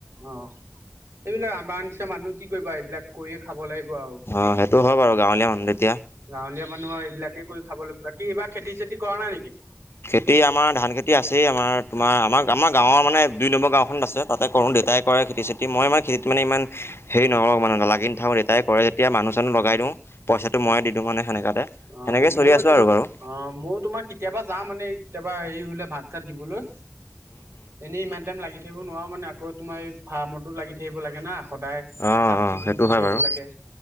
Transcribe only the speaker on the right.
অ', এইবিলাক আমাৰ নিচিনা মানুহ কি কৰিবা এইবিলাক কৰিয়ে খাব লাগিব আৰু।
গাঁৱলীয়া মানুহৰ এইবিলাকে কৰি খাব লাগিব বাকী এইবাৰ খেতি চেতি কৰা নাই নেকি?
অ
উম,
অ
অ ময়ো
তোমাৰ
অ', ময়ো তোমাৰ কেতিয়াবা যাওঁ মানে কেতিয়াবা হেৰি হ'লে ভাত চাত দিবলৈ। এনেই ইমান টাইম লাগি থাকিব নোৱাৰো মানে, আকৌ তোমাৰ এই ফাৰ্মতো লাগি থাকিব লাগে না। সদায়
চাফ
চিকুণ
কৰি
থাকিব
লাগে।